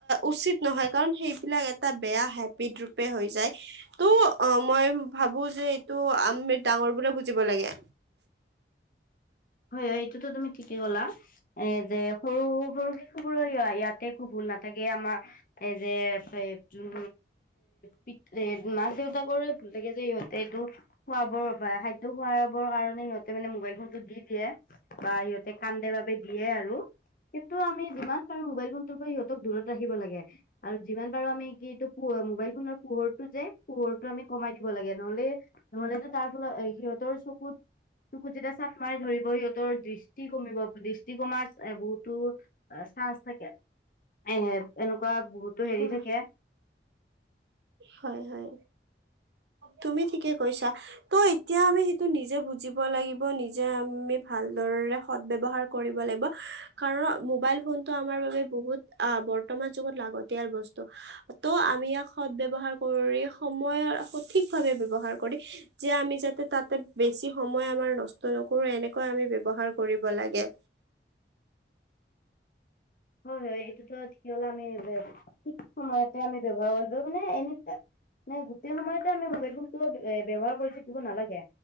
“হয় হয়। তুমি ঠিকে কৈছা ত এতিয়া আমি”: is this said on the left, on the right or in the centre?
Right